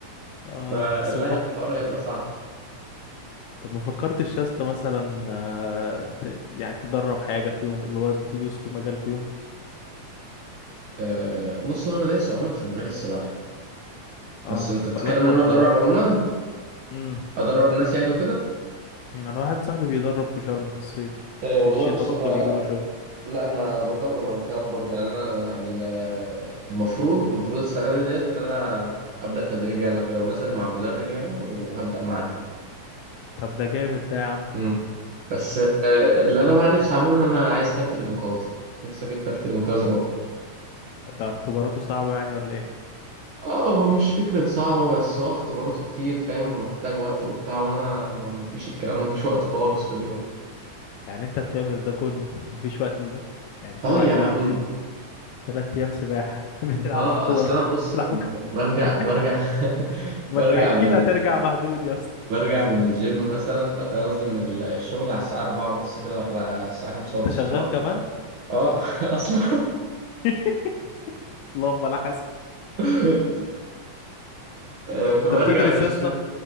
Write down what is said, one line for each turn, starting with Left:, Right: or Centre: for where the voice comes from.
Left: اه
Right: فلا
Left: بس مفك...
Right: الحوار هيبقى صعب
Left: طب ما فكرتش يا اسطى مثلا آه، ت... يعني تدرب حاجة فيهم اللي هو تدوس في مجال فيهم
Right: أه بص هو انا دايس عموما في مجال السباحه
Left: اه
Right: بس انت بتتكلم
Left: بقالك فترة
Right: ان انا ادرب
Left: برضو
Right: عموما
Left: امم
Right: ادرب ناس يعني وكده
Left: انا واحد صاحبي بيدرب في شرم في الصيف
Right: أه
Left: وفي
Right: والله
Left: الشتاء
Right: بص
Left: برضه
Right: انا
Left: بيجيله شغل
Right: لا انا بدرب انا كمان برضه يعني انا ال- المفروض المفروض السنه دي ديت ان انا ابدا تدريب يعني وكده ونازل مع مدرب يعني وهبدا معاه
Left: طب ده جامد ده يا عم
Right: امم بس أه اللي انا بقى نفسي اعمله ان انا عايز كارت الانقاذ نفسي اجيب كارت الانقاذ او
Left: ده اختباراته صعبة يعني ولا ايه
Right: اه هو مش فكرة صعبة بس هو اختباراته كتير فاهم ومحتاج وقت وبتاع وانا ما ما فيش الكلام ما فيش وقت خالص في اليوم
Left: يعني انت بتعمل ده كله مفيش وقت لده يعني سبعة
Right: اه يا عم
Left: ايام جيم تلات ايام سباحة <laughs> بتلعب
Right: اه
Left: في كورة
Right: اصلا بص
Left: بتلعب
Right: ب-
Left: ك-
Right: برجع
Left: <laughs>
Right: برجع <laughs>
Left: ما
Right: برجع
Left: انت اكيد
Right: من
Left: هترجع
Right: ال-
Left: مهدود يا اسطى
Right: برجع من الجيم مثلا قصدي من ال- الشغل على الساعة أربعة ونص كده ولا الساعة خمسة
Left: انت
Right: ونص
Left: شغال
Right: تمام
Left: كمان
Right: اه <laughs> اصلا
Left: <laughs> اللهم لا حسن
Right: <laughs> آه، فبرجع
Left: انت بتدرس
Right: من الشغل
Left: يا اسطى